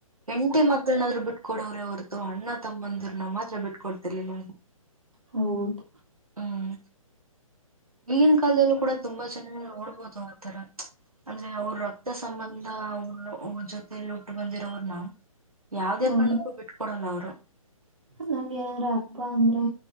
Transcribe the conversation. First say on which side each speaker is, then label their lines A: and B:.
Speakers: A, on the right; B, on the right.
A: ಹೆಂಡ್ತಿ ಮಕ್ಳನಾದ್ರು ಬಿಟ್ಕೊಡವ್ರೆ ಹೊರತು ಅಣ್ಣ ತಮ್ಮಂದ್ರ ನ ಮಾತ್ರ ಬಿಟ್ಕೊಡ್ತಿರ್ಲಿಲ್ಲ
B: ಹೌದು
A: ಹ್ಮ್ ಈಗಿನ್ ಕಾಲದಲ್ಲೂ ಕೂಡ ತುಂಬಾ ಚೆನ್ನಾಗಿ ನೋಡ್ಬೋದು ಆ ತರ ಅಂದ್ರೆ ಅವ್ರ ರಕ್ತ ಸಂಬಂಧ ಅವ್ರ ಜೊತೆಯಲ್ಲಿ ಹುಟ್ಟಿ ಬೆಳೆದಿರೊರನ್ನ ಯಾವುದೇ
B: ಹ
A: ಕಾರಣಕ್ಕೂ ಬಿಟ್ಟು ಕೊಡೋದಿಲ್ಲ ಅವರನ್ನ ಹ <inaudible>
B: ನಂಗೆ ಯಾರ ಅಪ್ಪ ಅಂದ್ರೆ